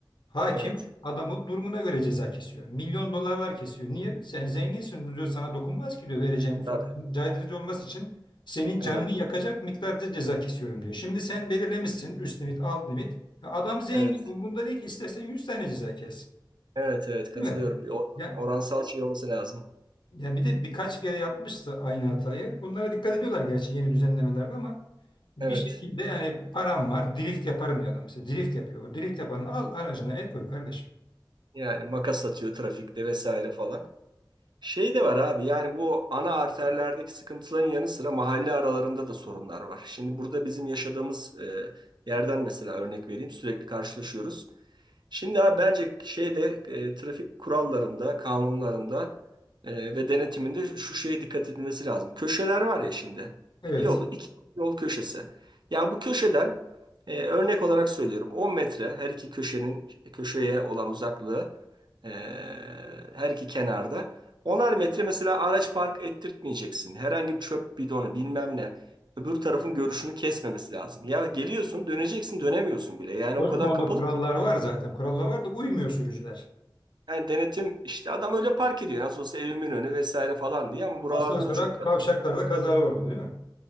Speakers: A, on the left (about 70°); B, on the right (about 65°).
A: hakim
B: Evet.
A: adamın durumuna göre ceza kesiyor. Milyon dolarlar kesiyor. Niye? Sen zenginsin Bu diyor sana dokunmaz ki diyor vereceğim ufak
B: Evet.
A: caydırıcı olması için senin canını
B: Evet.
A: yakacak miktarda ceza kesiyorum diyor. Şimdi sen belirlemişsin üst limit alt limit. Ya Adam zengin
B: Evet.
A: umurunda değil ki istersen 100 tane ceza kes.
B: Evet. Evet. Katılıyorum.
A: Değil mi?
B: Bir or-
A: Ya
B: oransal şey olması lazım.
A: ya bir de birkaç kere yapmıştı aynı hatayı. Bunlara dikkat ediyorlar gerçi yeni düzenlemelerde ama bir
B: Evet.
A: şekilde yani param var drift yaparım diyor adam mesela. Drift yapıyor. O drift yapanı al aracına el koy kardeşim.
B: Yani makas atıyor trafikte vesaire falan. Şey de var abi yani bu ana arterlerdeki sıkıntıların yanı sıra mahalle aralarında da sorunlar var. Şimdi burada bizim yaşadığımız e, yerden mesela örnek vereyim sürekli karşılaşıyoruz. Şimdi abi bence şeyde e, trafik kurallarında, kanunlarında e, ve denetiminde şu şeye dikkat edilmesi lazım. Köşeler var ya şimdi.
A: Evet.
B: Yolu iki yol köşesi. Ya bu köşeden e, örnek olarak söylüyorum 10 metre her iki köşenin köşeye olan uzaklığı e, her iki kenarda. Onar metre mesela araç park ettirtmeyeceksin. Herhangi bir çöp bidonu bilmem ne. Öbür tarafın görüşünü kesmemesi lazım. Ya geliyorsun döneceksin dönemiyorsun bile. Yani
A: Dortmund'da
B: o kadar kapalı
A: kurallar
B: ki.
A: var zaten. Kurallar var da uymuyor sürücüler.
B: Yani denetim işte adam öyle park ediyor. Nasıl olsa evimin önü vesaire falan diye ama buralarda
A: Ondan sonra
B: da çok kalabalık.
A: kavşaklarda kazalar oluyor değil mi?